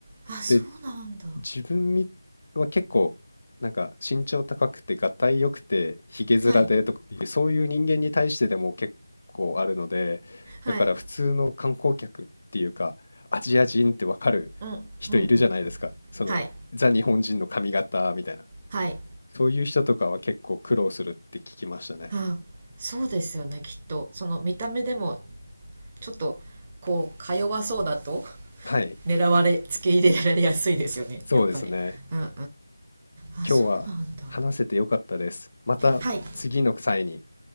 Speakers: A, on the right (about 15°); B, on the left (about 40°).
A: あそうなんだ
B: で自分みは結構なんか身長高くてがたいよくてひげ面でとかっていうそういう人間に対してでも結構あるのでだから普通の観光客っていうかアジア人ってわかる人いるじゃないですかそのザ日本人の髪型みたいな
A: はいはいうんうんうんはいはい
B: そういう人とかは結構苦労するって聞きましたね
A: あそうですよねきっとその見た目でもちょっとこうか弱そうだと
B: はい
A: 狙われ付け入れられやすいですよねやっぱりうんうん
B: そうですね
A: あそうなんだ
B: 今日は話せてよかったですまた次の際に
A: はい